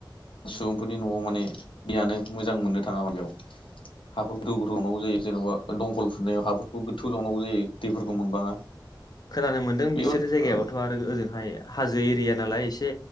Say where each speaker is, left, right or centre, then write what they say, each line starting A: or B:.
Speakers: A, on the left; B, on the left.
A: सुबुंफोरनि न'आव माने दैयानो मोजां मोननो थाङा मा बेयाव हाफोर गोथौ गोथौ जावनांगौ जायो जेन'बा दंखल फुनायाव हाफोरखौ गोथौ जावनांगौ जायो दैफोरखौ
B: औ
A: मोनबाङा
B: खोनानो मोनदों
A: बेयाव
B: बिसोरो
A: ओ
B: जायगायाबाथ' आरो ओजोंहाय हाजो एरिया नालाय एसे